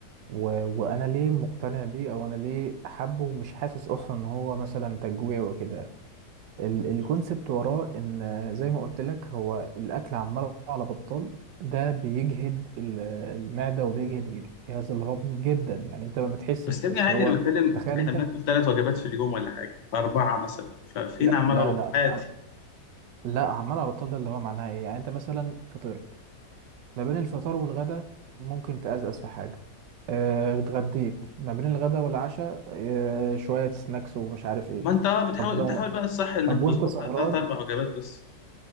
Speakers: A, on the right; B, on the left.
A: و... وانا ليه مقتنع بيه او انا ليه حابه ومش حاسس اصلا ان هو مثلا تجويع وكده ال... الكونسبت
B: مم.
A: وراه ان زي ما قلت لك هو الاكل عمال على بطال ده بيجهد ال- المعده وبيجهد الجهاز الهضمي جدا يعني انت ما بتحسش
B: بس يا
A: بس
B: ابني عادي
A: هو
B: انا بتكلم
A: تخيل
B: احنا
A: انت
B: بناكل ثلاث وجبات في اليوم ولا حاجه اربعه مثلا ففين
A: لا
B: عمال
A: لا
B: على الوقت
A: لا
B: عادي
A: لا عمال على بطال ده اللي هو معناه ايه يعني انت مثلا فطرت ما بين الفطار والغدا ممكن تأزأز في حاجة آه، اتغديت ما بين الغدا والعشاء آه، شوية سناكس ومش عارف ايه
B: ما انت اه بتحاول
A: طب
B: انت حاول بقى الصح انك
A: طب وانت
B: تظبطها
A: سهران
B: تلات اربع وجبات بس